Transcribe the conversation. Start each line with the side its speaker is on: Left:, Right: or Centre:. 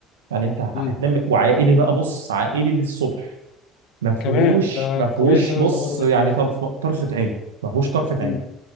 Right: يعني انت هتنام
Left: مم.
Right: وعائلي بقى بص عائلي للصبح ما فيهوش
Left: كمان ده
Right: ما
Left: كويس
Right: فيهوش
Left: قوي
Right: بص
Left: الحوار ده
Right: يعني طرف طرفه عين ما فيهوش طرفه عين
Left: مم.